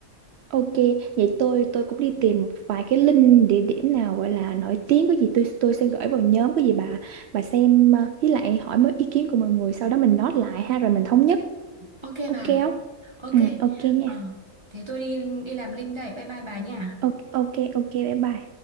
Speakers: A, on the right; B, on the right.
A: Ok, vậy tôi tôi cũng đi tìm một vài cái link địa điểm nào gọi là nổi tiếng có gì tôi tôi sẽ gửi vào nhóm có gì bà bà xem ờ, với lại hỏi mấy ý kiến của mọi người sau đó mình note lại ha rồi mình thống nhất.
B: Ok
A: Ok
B: bà.
A: không?
B: Ok.
A: Ừ ok nha.
B: Ờ, thế tôi đi đi làm link đây. Bye bye bà nha.
A: Ok ok ok bye bye.